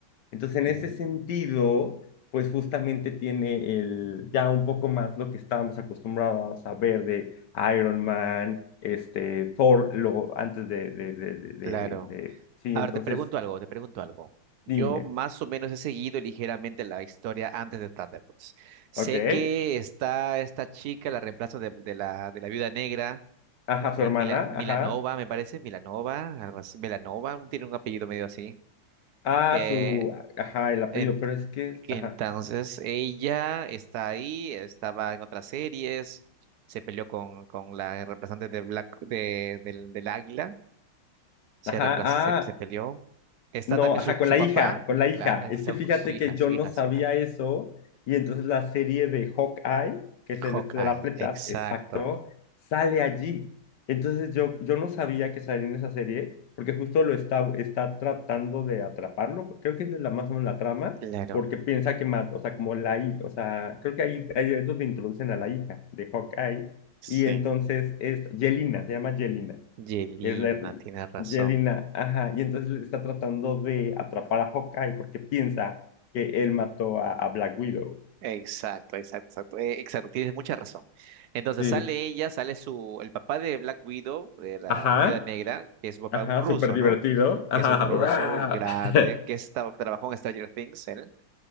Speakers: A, on the left; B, on the right.
A: Entonces, en
B: mm,
A: ese sentido, pues justamente tiene el, ya un poco más lo que estábamos acostumbrados a ver de Iron Man, este, Thor, lo, antes de, de, de, de, de-
B: claro.
A: de- sí,
B: A
A: entonces,
B: ver, te pregunto algo, te pregunto algo. Yo
A: dime,
B: más o menos he seguido ligeramente la historia antes de Thunderbolts. Sé
A: ¿ok?
B: que está esta chica, la reemplazo de, de la, de la viuda negra,
A: Ajá, su
B: Mi-
A: hermana,
B: Mila- Milanova,
A: ajá,
B: me parece, Milanova, algo así, Milanova, un- tiene un apellido medio así.
A: ah,
B: Eh,
A: su, ajá, el apellido,
B: en-
A: pero es que, es-
B: que
A: ajá,
B: entonces ella está ahí, estaba en otras series, se peleó con, con la reemplazante de Black, de, del, del Águila se,
A: ajá,
B: reemplaz- se, se
A: ah,
B: peleó. Está
A: No,
B: también
A: ajá,
B: su,
A: con
B: su
A: la
B: papá,
A: hija, con la hija.
B: claro,
A: Es que fíjate
B: su hija,
A: que yo
B: su
A: no
B: hija,
A: sabía
B: su hija.
A: eso y entonces la serie de Hawkeye, que es
B: Hawkeye,
A: el este de las flechas,
B: exacto,
A: exacto, sale allí. Entonces yo, yo no sabía que salía en esa serie porque justo lo está, está tratando de atraparlo. Creo que esa es la más o menos la trama
B: claro,
A: porque piensa que mata, o sea, como la hija, o sea, creo que ahí, ahí es donde introducen a la hija de Hawkeye
B: sí.
A: y entonces es Yelena, se llama Yelena.
B: Yelena,
A: Es la
B: tiene razón.
A: Yelena, ajá, y entonces le está tratando de atrapar a Hawkeye porque piensa que él mató a, a Black Widow.
B: Exacto, exacto, exacto, eh, exacto, tienes mucha razón. Entonces
A: Sí,
B: sale ella, sale su, el papá de Black Widow, de la
A: ajá,
B: Viuda Negra, que es su papá
A: ajá,
B: un ruso,
A: súper divertido.
B: ¿no?
A: Ajá,
B: Que es un ruso
A: ¡guau!
B: grande,
A: <laughs>
B: que es- trabajó en Stranger Things, él.